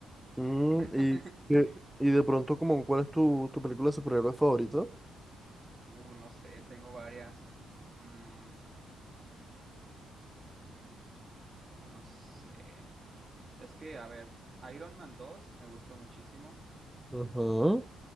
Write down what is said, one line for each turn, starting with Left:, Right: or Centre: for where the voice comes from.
Centre: Mm,
Right: <laughs>
Centre: y, qué- y de pronto, como, ¿cuál es tu, tu película de superhéroes favorita?
Right: Uh, no sé, tengo varias. Mm, ah, no sé. Es que, a ver, Iron Man dos me gustó muchísimo.
Centre: Ujú.